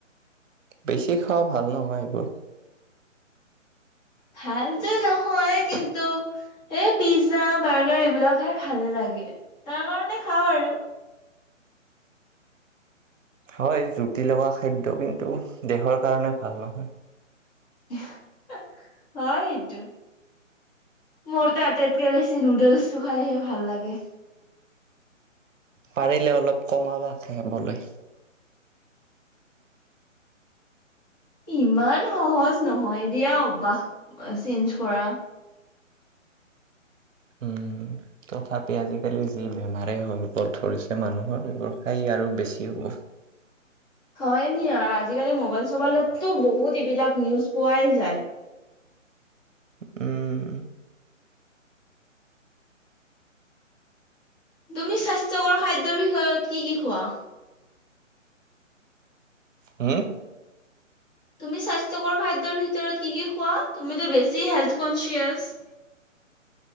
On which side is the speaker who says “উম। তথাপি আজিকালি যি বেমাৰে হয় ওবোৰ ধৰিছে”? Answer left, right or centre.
Right